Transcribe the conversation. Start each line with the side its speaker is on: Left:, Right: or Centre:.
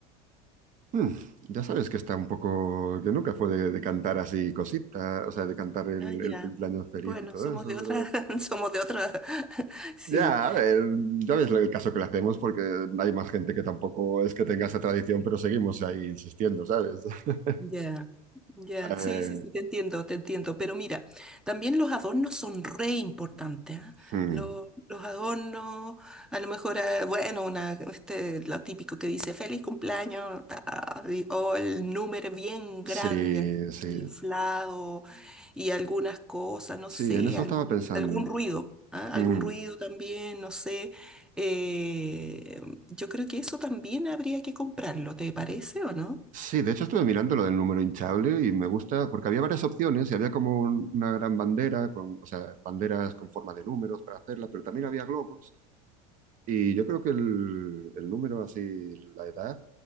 Right: Hmm, Ya sabes que está un poco, que nunca fue de, de cantar así cositas, o sea, de cantar el,
Centre: Ah, ya.
Right: el cumpleaños feliz
Centre: Bueno,
Right: y todo
Centre: somos
Right: eso,
Centre: de otra,
Right: pero
Centre: <laughs> somos de otra, <laughs> sí.
Right: ya, a ver, ya ves el caso que le hacemos porque hay más gente que tampoco es que tenga esa tradición, pero seguimos ahí insistiendo, ¿sabes? <laughs>
Centre: Ya, ya,
Right: Eh,
Centre: sí, sí, sí, te entiendo, te entiendo. Pero mira, también los adornos son re importantes, ¿ah?
Right: hmm,
Centre: Los, los adornos, a lo mejor, eh, bueno, una, este, lo típico que dice feliz cumpleaños, ta, y- o el número bien
Right: sí,
Centre: grande, así,
Right: sí,
Centre: inflado, y algunas cosas, no
Right: sí,
Centre: sé,
Right: en eso
Centre: algún,
Right: estaba pensando.
Centre: algún ruido, ¿ah?
Right: Hmm,
Centre: Algún ruido también, no sé. Eh, yo creo que eso también habría que comprarlo, ¿te parece o no?
Right: Sí, de hecho estuve mirando lo del número hinchable y me gusta, porque había varias opciones y había como un- una gran bandera, con, o sea, banderas con forma de números para hacerla, pero también había globos. Y yo creo que el, el número, así, la edad,